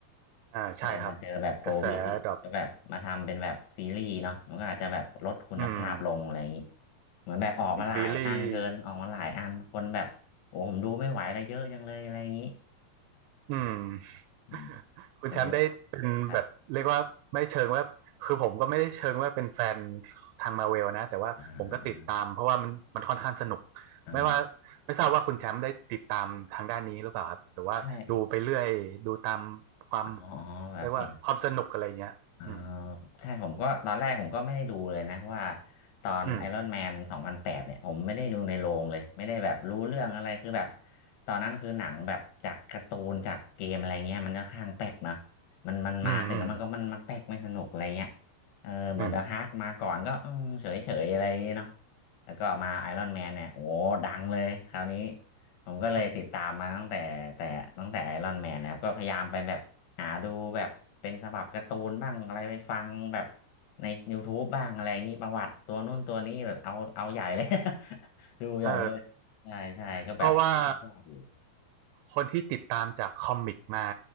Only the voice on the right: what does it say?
อ่าใช่ครับกระแสดรอป
อืม
อย่างซีรีส์อืม
<laughs> คุณแชมป์ได้เป็นแบบเรียกว่าไม่เชิงว่าคือผมก็ไม่ได้เชิงว่าเป็นแฟน
ทางมาเวลนะแต่ว่าผมก็ติดตามเพราะว่ามันมันค่อนข้างสนุก
ไม่ว่าไม่ทราบว่าคุณแชมป์ได้ติดตามทางด้านนี้หรือเปล่าครับหรือว่าดูไปเรื่อยดูตาม
ความ
เรียกว่าความสนุกอะไรเงี้ยอืม
อืม
อืมอืม
อืม
อืม
เออเพราะว่า คนที่ติดตามจากคอมิกมา